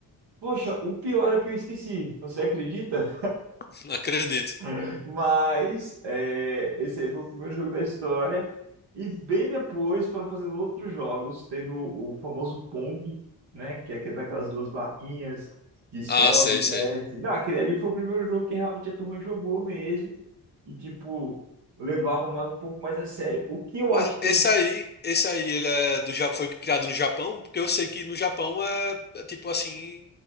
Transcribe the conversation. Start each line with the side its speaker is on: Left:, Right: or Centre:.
Right: Poxa, o pior é que eu esqueci, você acredita?
Left: <laughs> Não acredito.
Right: <laughs> Mas é, esse aí foi o primeiro jogo da história. E bem depois foram fazendo outros jogos. Teve o, o famoso Pong, né? Que é aquele daquelas duas barrinhas que sobe,
Left: Ah, sei,
Right: desce.
Left: sei.
Right: Não, aquele ali foi o primeiro jogo que realmente a turma jogou mesmo. E, tipo, levava mais- um pouco mais a sério. O que eu
Left: Mas
Right: acho interessante.
Left: esse aí, esse aí, ele é do, Ja- foi criado no Japão, porque eu sei que no Japão é é tipo assim,